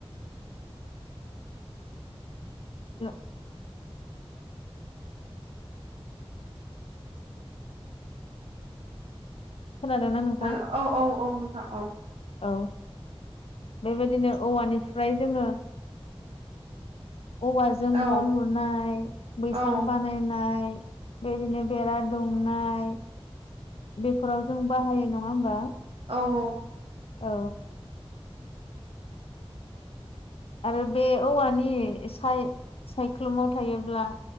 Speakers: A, on the left; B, on the right.
A: द <unintelligible> खोनादोंना नोंथां
B: हेल' औ औ औ नोंथां औ
A: औ बेबायदिनो औवानिफ्राय जोङो औवाजों
B: औ
A: न' लुनाय बैसां
B: औ
A: बानायनाय बेदिनो बेरा दुंनाय बेफोराव जों बाहायो नङा होमबा?
B: औ औ
A: औ आरो बे औवानि साय-सायख्लुमाव थायोब्ला